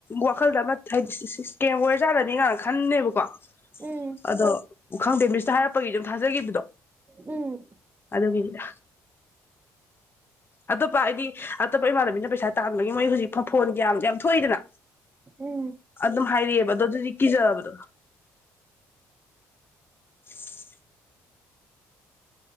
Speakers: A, on the left; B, on the right.
A: ꯋꯥꯈꯜꯗ ꯑꯃ ꯍꯥꯏꯗꯤ ꯏꯁ ꯏꯁ ꯏꯁꯀꯦꯝ ꯑꯣꯏꯔꯖꯥꯠꯂꯅꯦ ꯀꯥꯏꯅ ꯈꯟꯅꯦꯕꯀꯣ
B: ꯎꯝ
A: ꯑꯗꯣ ꯈꯪꯗꯦ ꯃꯤꯁꯇ ꯍꯥꯏꯔꯛꯄꯒꯤ ꯑꯗꯨꯝ ꯊꯥꯖꯈꯤꯕꯗꯣ
B: ꯎꯝ
A: ꯑꯗꯨꯒꯤꯅꯤꯗ ꯑꯇꯣꯞꯄ ꯍꯥꯏꯗꯤ ꯑꯇꯣꯞꯄ ꯏꯃꯥꯟꯅꯕꯤꯅ ꯄꯩꯁꯥ ꯇꯥꯟꯕꯒꯤ ꯃꯣꯏ ꯍꯧꯖꯤꯛ ꯐ ꯐꯣꯟꯒꯤꯌꯥꯝ ꯌꯥꯝ ꯊꯣꯛꯏꯗꯅ
B: ꯎꯝ
A: ꯑꯗꯨꯝ ꯍꯥꯏꯔꯦꯛꯑꯦꯕ ꯑꯗꯨ ꯑꯗꯨꯗꯤ ꯀꯤꯖꯕꯗꯣ <inaudible>